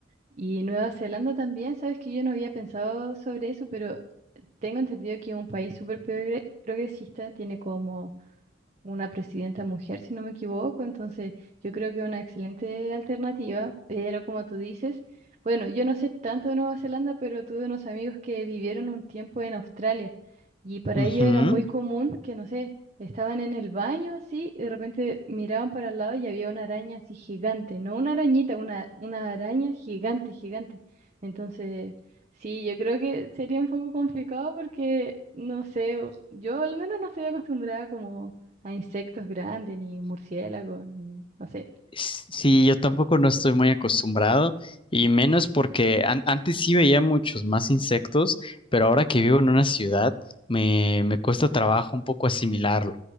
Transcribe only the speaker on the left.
Ujú.
Sí, yo tampoco no estoy muy acostumbrado y menos porque an- antes sí veía muchos más insectos, pero ahora que vivo en una ciudad me, me cuesta trabajo un poco asimilarlo.